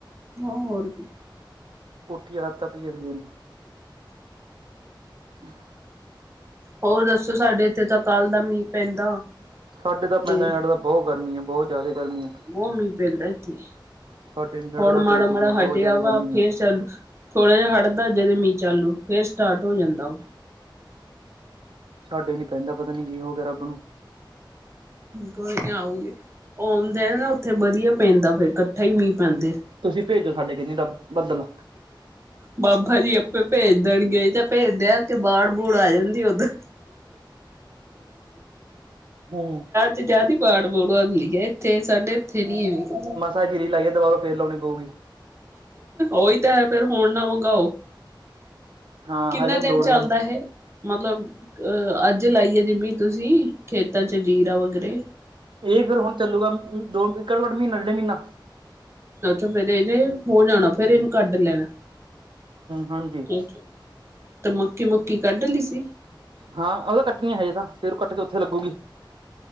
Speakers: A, on the right; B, on the right.
A: ਹੋਰ ਕੀ।
B: ਪੁਠੀ ਆਦਤਾਂ ਪਈਆ ਹੋਈਆ ਨੇ ਹਾਂ।
A: ਹੋਰ ਦੱਸੋ ਸਾਡੇ ਇੱਥੇ ਤਾਂ ਕੱਲ ਦਾ ਮੀਂਹ ਪੈਂਦਾ।
B: ਸਾਡੇ ਤਾਂ
A: ਤੇ
B: ਪੈਂਦਾ ਨਹੀਂ, ਬਹੁਤ ਗਰਮੀ ਹੈ, ਬਹੁਤ ਜ਼ਿਆਦਾ ਗਰਮੀ ਹੈ।
A: ਬਹੁਤ ਮੀਂਹ ਪੈਂਦਾ ਇਥੇ,
B: ਸਾਡੇ ਨੀ ਸਾਡੇ
A: ਹੁਣ
B: ਤਾਂ ਅੱਗ
A: ਮਾੜਾ
B: ਲੱਗੀ
A: -ਮਾੜਾ
B: ਪਈ ਆ
A: ਹੱਟਿਆ
B: ਬਹੁਤ ਜ਼ਿਆਦਾ
A: ਵਾ
B: ਗਰਮੀ
A: ਫੇਰ
B: ਆ
A: ਥੋੜਾ ਜਿਹਾ ਹਟਦਾ ਜਦੇ ਮੀਂਹ ਚਾਲੂ, ਫੇਰ ਸਟਾਰਟ ਹੋ ਜਾਂਦਾ ਵਾ।
B: ਸਾਡੇ ਨੀ ਪੈਂਦਾ ਪਤਾ ਨੀ ਕੀ ਹੋ ਗਿਆ ਰੱਬ ਨੂੰ।
A: ਕੋਈ ਨਾ ਆਉਗਾ। ਆਉਂਦਾ ਨਾ ਉੱਥੇ ਵਧੀਆ ਪੈਂਦਾ ਫਿਰ ਇਕੱਠਾ ਹੀ ਮੀਂਹ ਪੈਂਦੇ।
B: ਤੁਸੀਂ ਭੇਜੋ ਸਾਡੇ ਇੱਥੇ ਬੱਦਲ।
A: ਬਾਬਾ ਜੀ ਆਪੇ ਭੇਜ ਦੇਣਗੇ ਜਾਂ ਭੇਜਦੇ ਆ ਉਥੇ ਬਾੜ-ਬੂੜ ਆ ਜਾਂਦੀ ਉੱਧਰ।
B: ਹੂੰ।
A: ਤੇ ਜਿਆਦਾ ਹੀ ਬਾੜ ਬੂੜ ਆਦੀ ਐ ਇੱਥੇ, ਸਾਡੇ ਇੱਥੇ ਨੀ ਇੰਨੀ ਕਿੰ
B: ਹਾਜਰੀ ਲਗਾਕੇ ਦੁਬਾਰਾ ਫਿਰ ਲਾਉਣੀ ਪਊਗੀ।
A: ਉਹੀ ਤਾਂ ਹੈ ਫਿਰ ਹੁਣ ਨਾ ਮੰਗਓ।
B: ਹਾਂ
A: ਕਿੰਨੇ
B: ਹਜੇ ਨੀ
A: ਦਿਨ
B: ਲੋੜ
A: ਚੱਲਦਾ
B: ਸਾਨੂੰ
A: ਇਹ? ਮਤਲਬ ਅਹ ਅੱਜ ਲਾਈਏ, ਜਿਵੇਂ ਤੁਸੀਂ ਖੇਤਾਂ ਚ ਜੀਰਾ ਵਗਰੇ
B: ਇਹ ਫਿਰ ਹੁਣ ਚੱਲੂਗਾ, ਦੋ ਕ ਮਹੀਨਾ ਡੇਢ ਮਹੀਨਾ
A: ਅੱਛਾ ਫੇਰ ਇਹਨੇ ਹੋ ਜਾਣਾ
B: ਹੂੰ-ਹੂੰ
A: ਫਿਰ ਇਹਨੂੰ ਕੱਢ ਲੈਣਾ,
B: ਹਾਂਜੀ
A: ਠੀਕ ਐ। ਤੇ ਮੱਕੀ-ਮੁੱਕੀ ਕੱਢ ਲਈ ਸੀ।
B: ਹਾਂ ਉਹ ਤਾਂ ਕੱਟਨੀ ਹੈਜੇ ਤਾਂ, ਫੇਰ ਉਹ ਕੱਟ ਕੇ ਉੱਥੇ ਲੱਗੂਗੀ